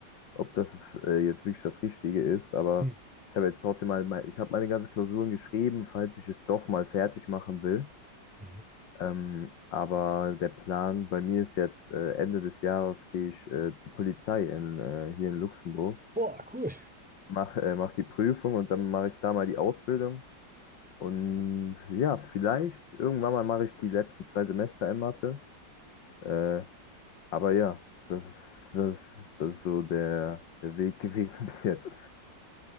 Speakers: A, on the left (about 80°); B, in the centre.
A: ob das äh, jetzt wirklich das Richtige ist. Aber
B: Mhm.
A: ich habe jetzt trotzdem mal, mein- ich habe meine ganzen Klausuren geschrieben, falls ich es doch mal fertig machen will.
B: Mhm.
A: Ähm, aber der Plan bei mir ist jetzt, äh, Ende des Jahres gehe ich äh, zur Polizei in, äh, hier in Luxemburg
B: Boah, cool.
A: mach, äh, mach die Prüfung und dann mache ich da mal die Ausbildung. Und ja, vielleicht irgendwann mal mache ich die letzten zwei Semester in Mathe. Äh, aber ja, das ist, das ist, das ist so der, der Weg gewesen <laughs> bis jetzt.